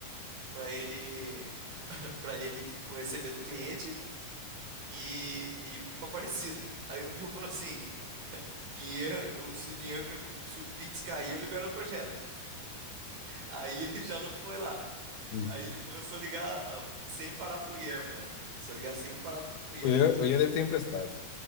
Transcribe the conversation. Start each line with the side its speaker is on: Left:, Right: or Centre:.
Right: pra ele, <laughs> para ele tipo receber do cliente e e ir pra Aparecida. Aí o Bill falou assim: dinheiro, o- se o dinheiro, que- se o Pix caiu, eu libero o projeto. Aí <laughs> já não foi lá.
Left: hum.
Right: Aí começou a ligar ah, sem parar pro Ian, mano. Começou a ligar sem parar pro Ian.
Left: O Ian, o Ian deve ter emprestado.